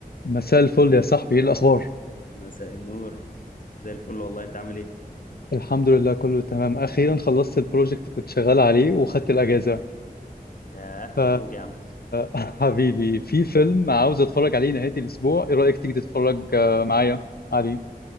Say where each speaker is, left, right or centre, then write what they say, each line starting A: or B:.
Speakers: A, on the left; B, on the left.
A: مساء الفل يا صاحبي ايه الاخبار
B: مساء النور زي الفل والله انت عامل ايه
A: الحمد لله كله تمام اخيرا خلصت البروجكت كنت شغال عليه وخدت الاجازه
B: ياه
A: ف
B: مبروك يا عم
A: <laughs> حبيبي في فيلم عاوز اتفرج عليه نهايه الاسبوع ايه رايك تيجي تتفرج آه، معايا عليه